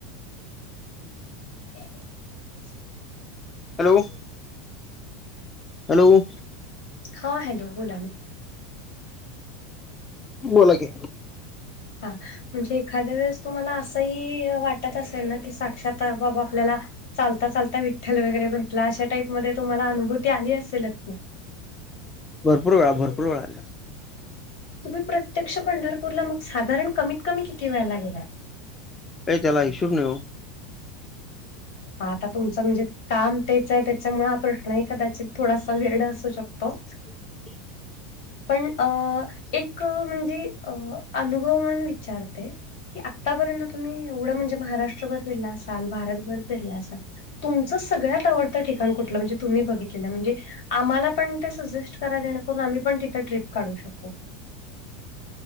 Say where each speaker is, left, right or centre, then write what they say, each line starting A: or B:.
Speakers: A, on the left (about 70°); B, on the left (about 20°).
A: ह <unintelligible>
B: हॅलो. हॅलो.
A: हो हॅलो बोला ना.
B: तुम्ही बोला की
A: हा. म्हणजे एखाद्या वेळेस तुम्हाला असंही वाटत असेल ना, की साक्षात बाबा आपल्याला चालता चालता विठ्ठल वगैरे भेटला, अशा टाईप मध्ये तुम्हाला अनुभूती आली असेलच ना
B: भरपूर वेळा भरपूर वेळा आलीया.
A: तुम्ही प्रत्यक्ष पंढरपूरला मग साधारण कमीत कमी किती वेळेला गेलाय?
B: काय त्याला हिशोब नाई ओ?
A: हा आता तुमचं म्हणजे काम तेच आहे, त्याच्यामुळे हा प्रश्नही कदाचित थोडासा वेअड असू शकतो.
B: <unintelligible>
A: पण अ एक म्हणजे अ अनुभव म्हणून विचारते. कि आतापर्यंत तुम्ही एवढं म्हणजे महाराष्ट्रभर फिरला असाल, भारतभर फिरला असाल. तुमचं सगळ्यात आवडत ठिकाण कुठलं? म्हणजे तुम्ही बघितलेलं म्हणजे आम्हाला पण ते सजेस्ट करा, जेणेकरून आम्ही पण तिथं ट्रिप काढू शकू.